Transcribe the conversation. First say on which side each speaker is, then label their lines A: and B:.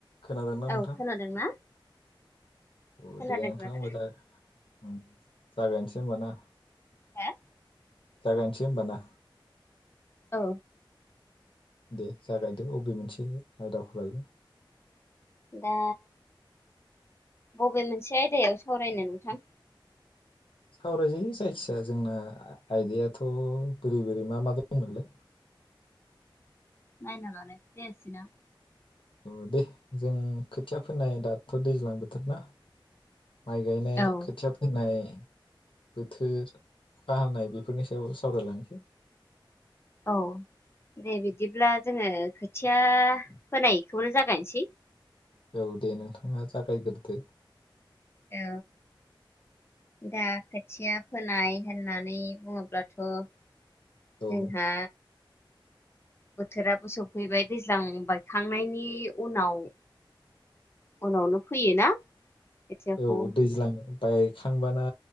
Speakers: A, on the left; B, on the left.
A: खोनादोंना नोंथां
B: औ खोनादों ना।
A: औ
B: खोनादों
A: दे नोंथां
B: खोनादों
A: मोजां ओम। जागायनोसै होमबा ना।
B: हो
A: जागायनोसै होनबा ना।
B: औ।
A: दे जागायदो अबे मोनसे आयदाखौ लायो।
B: दा बबे मोनसे आयदायाव सावरायनो नोंथां।
A: सावरायजायो जायखिया जोंना आयदायाथ' बोरै बोरै मा मा दंमोनलाय
B: नायना लानायबो जायासैना।
A: औ दे जों खोथिया फोनाय दाथ' दैज्लां बोथोर ना। माइ गायनाय
B: औ
A: खोथिया फोनाय बोथोर अखा हानाय बेफोरनि सायाव सावरायलांनोसै
B: औ दे बिदिब्ला जोङो खोथिया फोनायखौनो जागायनोसै
A: औ दे नोंथाङा जागायग्रोदो।
B: औ दा खोथिया फोनाय होननानै बुङोब्लाथ'। जोंहा
A: औ
B: बोथोराबो सौफैबाय दैज्लां बायखांनायनि उनाव उनावनो फैयोना खोथियाखौ
A: औ दैज्लां। बायखांबाना